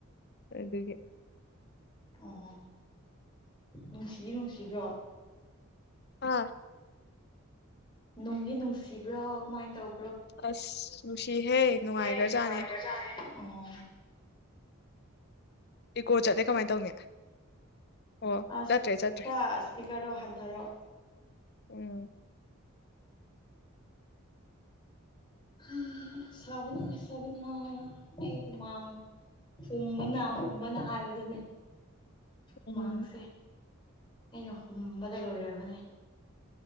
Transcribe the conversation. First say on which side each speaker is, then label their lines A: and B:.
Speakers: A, on the left (about 50°); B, on the left (about 25°).
A: ꯑꯗꯨꯒꯤ
B: ꯑꯣ ꯅꯨꯡꯁꯤꯗꯤ ꯅꯨꯡꯁꯤꯕ꯭ꯔꯣ
A: ꯑꯥ
B: ꯅꯨꯡꯗꯤ ꯅꯨꯡꯁꯤꯕ꯭ꯔꯣ ꯀꯃꯥꯏꯅ ꯇꯧ
A: ꯑꯁ ꯅꯨꯡꯁꯤꯍꯦ ꯅꯨꯡꯉꯥꯏꯈ꯭ꯔꯖꯥꯠꯅꯦ
B: ꯒꯦ ꯅꯨꯡꯉꯥꯢꯒ꯭ꯔꯖꯥꯠꯅꯦ ꯑꯣ
A: ꯏꯀꯣ ꯆꯠꯂꯦ ꯀꯃꯥꯏꯟ ꯇꯧꯅꯤ ꯑꯣ
B: ꯑꯁ
A: ꯆꯠꯇ꯭ꯔꯦ ꯆꯠꯇ꯭ꯔꯦ
B: ꯈꯥꯔ ꯁ꯭ꯄꯤꯀ꯭ꯔꯗꯣ ꯍꯟꯊꯔꯣ
A: ꯎꯝ
B: ꯍꯍꯥ ꯁꯥꯕꯅ ꯁꯥꯕꯅ ꯑꯩ ꯍꯨꯃꯥꯡ ꯍꯨꯝꯕꯅ ꯍꯨꯝꯕꯅ ꯍꯥꯏꯕꯗꯨꯅꯦ ꯍꯨꯃꯥꯡꯁꯦ
A: ꯎꯝ
B: ꯑꯩꯅ ꯍꯨꯝꯕꯗ ꯂꯣꯏꯔꯕꯅꯦ